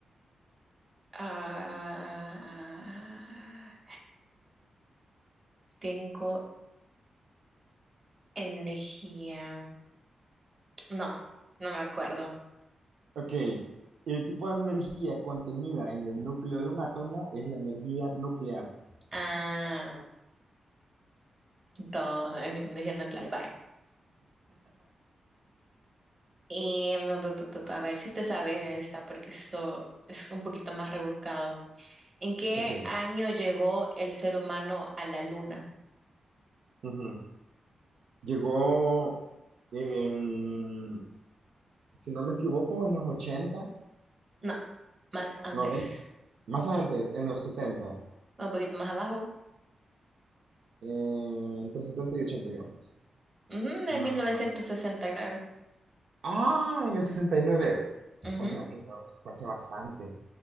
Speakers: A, on the right; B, on the right.
A: Ah, tengo energía. No, no me acuerdo.
B: Ok, el tipo de energía contenida en el núcleo de un átomo es la energía nuclear.
A: Ah. Dos, eh, diciendo claro, vaya. Y mm, pa, pa, pa, pa, a ver si te sabes esa, porque eso es un poquito más rebuscado. ¿En qué
B: Ok,
A: año llegó el ser humano a la luna?
B: ujú. Llegó, en, si no me equivoco, en los 80,
A: No, más antes.
B: 90, más antes, en los 70,
A: Un poquito más abajo.
B: eh, entre setenta y 80 digamos.
A: Ujú, de
B: Ah,
A: 1969.
B: ah, en el 69.
A: Ujú,
B: O sea, que no, eso fue hace bastante.